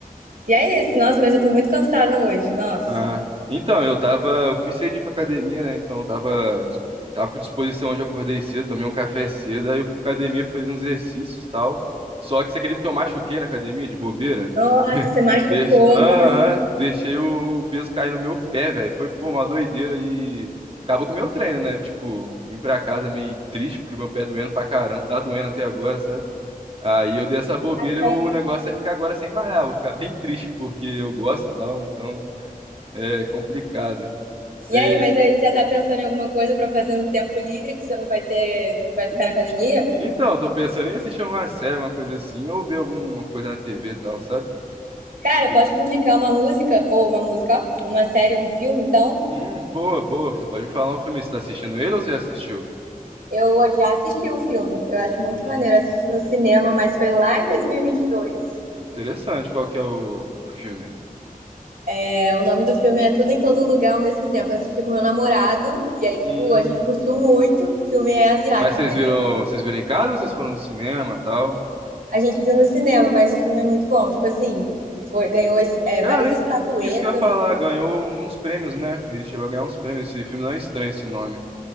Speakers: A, on the right (about 75°); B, on the right (about 40°).
A: E é isso, nossa, mas eu tô muito cansada hoje, nossa.
B: Ah, então, eu tava, eu fui cedinho pra academia, né? Então eu tava, tava com disposição hoje, eu acordei cedo, tomei um café cedo, aí eu fui pra academia, fiz uns exercícios e tal. Só que você acredita que eu machuquei na academia de bobeira?
A: Nossa, você machucou,
B: Deix- Aham,
A: como assim?
B: deixei o peso cair no meu pé, velho. Foi, pô, uma doideira e acabou com o meu treino, né? Eu, Tipo, vim pra casa meio triste porque meu pé doendo pra caramba, tá doendo até agora, sabe? Aí eu dei essa bobeira
A: tá?
B: e o negócio é ficar agora sem malhar, vou ficar bem triste porque eu gosto e tal, então é complicado. Você...
A: E aí, mas aí já tá pensando em alguma coisa pra fazer no tempo livre que você não vai ter, não vai ficar
B: En-
A: na academia?
B: Então, eu tô pensando em assistir uma série, alguma coisa assim, ou ver alguma coisa na TV e tal, sabe?
A: Cara,
B: Tipo,
A: posso te indicar uma música, ou uma música, ó, uma série, um filme, então?
B: hum, boa, boa. Você pode me falar um filme, você tá assistindo ele ou você já assistiu?
A: Eu já assisti o filme, eu acho muito
B: Hum.
A: maneiro, assisti no cinema, mas foi lá em 2022.
B: Interessante, qual que é o, o filme?
A: É, o nome do filme é Tudo em Todo Lugar ao mesmo tempo. Eu assisti com meu namorado e aí, tipo,
B: Hum,
A: a gente curtiu muito. O filme é asiático,
B: Mas vocês
A: mas
B: viram, vocês viram em casa ou vocês foram no cinema, tal?
A: a gente viu no cinema, mas o filme é muito bom. Tipo assim, foi, ganhou é,
B: Cara,
A: várias
B: hein?
A: estatuetas.
B: Isso que eu ia falar,
A: e tudo.
B: ganhou um, uns prêmios, né? Ele chegou a ganhar uns prêmios. Esse filme não é estranho esse nome.